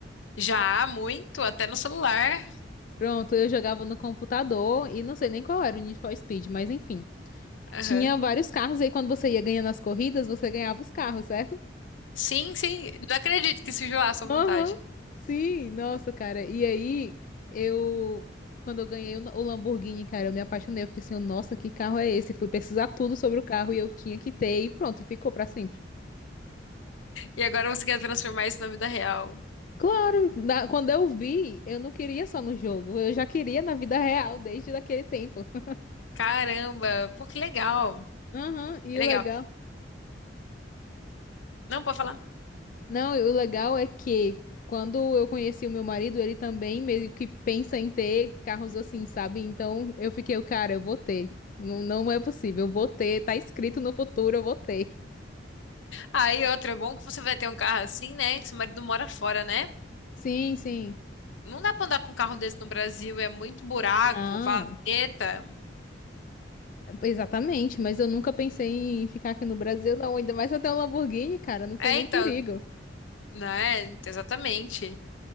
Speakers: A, on the left; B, on the left.
A: Já, muito, até no celular.
B: Pronto, eu jogava no computador e não sei nem qual era o Need for Speed, mas enfim.
A: Aham.
B: Tinha vários carros e aí quando você ia ganhando as corridas, você ganhava os carros, certo?
A: Sim, sim. Não acredito que surgiu lá à sua vontade.
B: Aham. Sim, nossa, cara. E aí, eu. Quando eu ganhei o o Lamborghini, cara, eu me apaixonei. Eu fiquei assim, nossa, que carro é esse? Fui pesquisar tudo sobre o carro e eu tinha que ter e pronto, ficou pra sempre.
A: E agora você quer transformar isso na vida real.
B: Claro, na- quando eu vi, eu não queria só no jogo, eu já queria na vida real desde daquele tempo. <laughs>
A: Caramba, pô, que legal.
B: Aham, e
A: Que legal.
B: o legal.
A: Não, pode falar.
B: Não, e o legal é que quando eu conheci o meu marido, ele também meio que pensa em ter carros assim, sabe? Então eu fiquei, cara, eu vou ter. Não, não é possível, eu vou ter. Tá escrito no futuro, eu vou ter.
A: Ah, e outra, é bom que você vai ter um carro assim, né? Que seu marido mora fora, né?
B: Sim, sim.
A: Não dá pra andar com um carro desse no Brasil, é muito buraco,
B: Não,
A: valeta.
B: exatamente, mas eu nunca pensei em ficar aqui no Brasil, não. Ainda mais até um Lamborghini, cara, não tem
A: É,
B: nem
A: então,
B: perigo.
A: né? Exatamente.